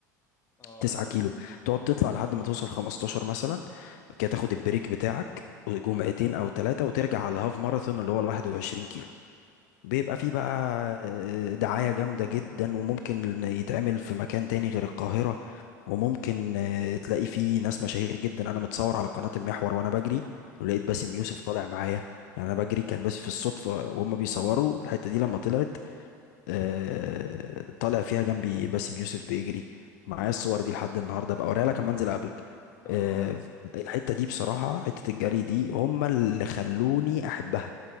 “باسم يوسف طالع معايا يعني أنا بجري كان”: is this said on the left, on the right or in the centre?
Left